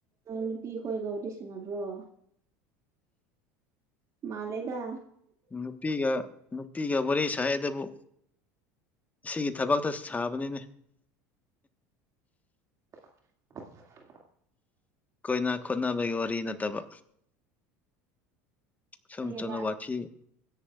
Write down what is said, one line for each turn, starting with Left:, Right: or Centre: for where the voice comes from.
Right: ꯅꯨꯄꯤ ꯈꯣꯏꯒꯕꯨꯗꯤ ꯁꯥꯟꯅꯕ꯭ꯔꯣ ꯃꯥꯜꯂꯦꯗ
Left: ꯅꯨꯄꯤꯒ ꯅꯨꯄꯤꯒ ꯋꯥꯔꯤ ꯁꯥꯏꯗꯕꯨ ꯁꯤꯒꯤ ꯊꯕꯛꯇ ꯁꯥꯕꯅꯤꯅꯦ
Right: <inaudible>
Left: ꯀꯣꯏꯅ ꯈꯣꯠꯅꯕꯒꯤ ꯋꯥꯔꯤ ꯅꯠꯇꯕ ꯁꯨꯝ
Right: ꯀꯔꯤꯕ
Left: ꯆꯅ ꯋꯥꯊꯤ